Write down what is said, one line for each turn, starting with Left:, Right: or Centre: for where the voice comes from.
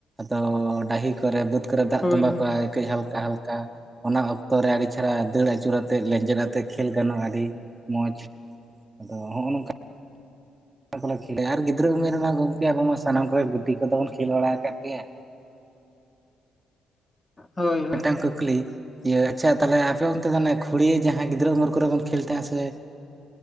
Right: ᱫᱚ ᱰᱟᱦᱤ ᱠᱚ ᱨᱮ ᱵᱟᱹᱫᱽ ᱠᱚᱨᱮ ᱫᱟᱜ
Left: ᱦᱳᱭ
Right: ᱛᱚᱸᱵᱟ
Left: ᱦᱳᱭ
Right: ᱠᱚᱜ-ᱟ ᱠᱟᱹᱡ ᱦᱟᱞᱠᱟ ᱦᱟᱞᱠᱟ ᱚᱱᱟ ᱚᱠᱛᱚ ᱨᱮ ᱟᱹᱰᱤ ᱨᱮ ᱫᱟᱹᱲ ᱟᱹᱪᱩᱨ ᱟᱛᱮᱫ ᱞᱮᱸᱡᱮᱫ ᱟᱛᱮ ᱠᱷᱮᱞ ᱜᱟᱱᱚᱜ-ᱟ ᱟᱹᱰᱤ ᱢᱚᱸᱡᱽ, ᱟᱫᱚ ᱦᱚᱸᱜ-ᱚ ᱱᱚᱝᱠᱟ ᱚᱱᱟ ᱠᱚᱞᱮ ᱠᱷᱮ ᱟᱨ ᱜᱤᱫᱽᱨᱟᱹ ᱩᱢᱮᱨ ᱢᱟ ᱜᱚᱢᱠᱮ ᱟᱵᱚ ᱢᱟ ᱥᱟᱱᱟᱢ ᱠᱚᱨᱮ ᱜᱩᱴᱤ ᱠᱚᱫᱚ ᱵᱚᱱ ᱠᱷᱮᱞ ᱵᱟᱲᱟ ᱟᱠᱟᱫ ᱜᱮᱭᱟ᱾
Left: ᱦᱳᱭ ᱦᱳᱭ
Right: ᱢᱤᱫᱴᱟᱝ
Left: ᱦᱳᱭ
Right: ᱠᱩᱠᱞᱤ ᱤᱭᱟᱹ ᱟᱪᱪᱷᱟ ᱛᱟᱦᱚᱞᱮ ᱟᱯᱮ ᱚᱱᱛᱮ ᱫᱚ ᱮ ᱠᱷᱩᱲᱤ ᱡᱟᱦᱟᱸᱭ ᱜᱤᱫᱽᱨᱟᱹ ᱩᱢᱮᱨᱟᱹᱨ ᱠᱚᱨᱮ ᱵᱚᱱ ᱠᱷᱮᱞ ᱛᱟᱦᱮᱸ ᱥᱮ